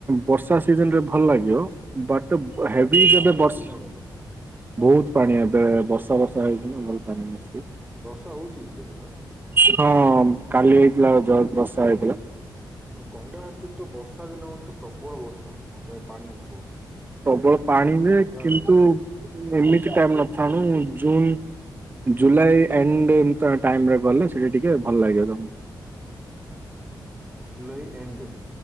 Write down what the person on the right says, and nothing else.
ବର୍ଷା ସିଜନରେ ଭଲ ଲାଗିବ। ବଟ୍ ତ
ହେଭି
ଯେବେ
ବଷ
ବହୁତ ପାଣି ଏବେ ବର୍ଷା ବର୍ଷା ହେଇଛି ନା ଭଲ ପାଣି ବସଛି।
ହଁ କାଲି ହେଇଥିଲା ଜ ବର୍ଷା ହେଇଥିଲା
ପ୍ରବଳ ପାଣିରେ
କିନ୍ତୁ
ଏମିତି ଟାଇମ ନଥଣୁ ଜୁନ୍ ଜୁଲାଇ ଏଣ୍ଡ ଟାଇମରେ ଗଲେ ସେଇଠି ଟିକେ ଭଲ ଲାଗିବ ତମକୁ